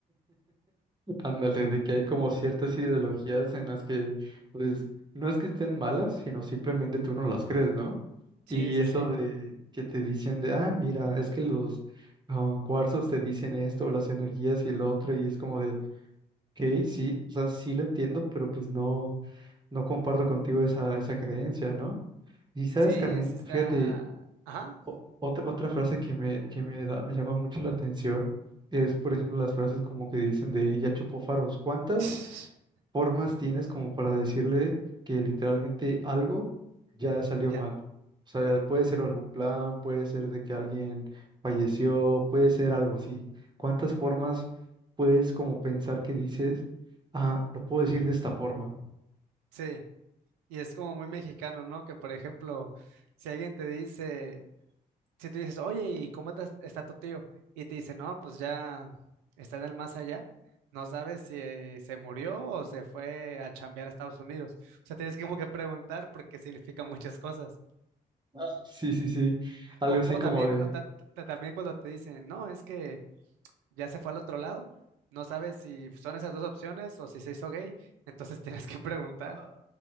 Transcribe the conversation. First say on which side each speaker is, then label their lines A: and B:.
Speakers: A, on the right; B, on the right.
A: ándale, de que hay como ciertas ideologías en las que, pues, no es que estén malas, sino simplemente tú no las crees, ¿no?
B: Sí,
A: Y
B: sí,
A: eso
B: sí,
A: de que te dicen de, ah, mira, es que los ah, cuarzos te dicen esto, las energías y el otro, y es como de, ok, sí, o sea, sí lo entiendo, pero pues no. No comparto contigo esa, esa creencia, ¿no? Y sabes
B: sí,
A: también,
B: sí está,
A: fíjate,
B: ajá,
A: o- otra, otra frase que me, que me da- llama mucho la atención es, por ejemplo, las frases como que dicen de ya chupó faros. ¿Cuántas
B: <laughs>
A: formas tienes como para decirle que literalmente algo ya salió
B: ya,
A: mal? O sea, puede ser algún plan, puede ser de que alguien falleció, puede ser algo así. ¿Cuántas formas puedes como pensar que dices, ah, lo puedo decir de esta forma?
B: sí, y es como muy mexicano, ¿no? Que por ejemplo, si alguien te dice si tú dices, oye, ¿y cómo te- está tu tío? Y te dice, no, pues ya está en el más allá. No sabes si eh, se murió o se fue a chambear a Estados Unidos. O sea, tienes que como que preguntar porque significa muchas cosas.
A: Ah, Sí, sí, sí. Algo
B: O,
A: así
B: o
A: como
B: también,
A: de,
B: o ta- ta- también cuando te dicen, no, es que ya se fue al otro lado. No sabes si son esas dos opciones o si se hizo gay. Entonces <laughs> tienes que preguntar.
A: ah,